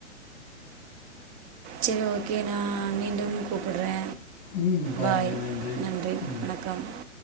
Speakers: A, on the right (about 20°); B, on the left (about 35°).
A: சேரி ஓகே நா மீண்டும் கூப்புட்றே
B: ம் பாருங்கள்
A: பாய் நன்றி
B: ம்
A: வணக்கம் <unintelligible>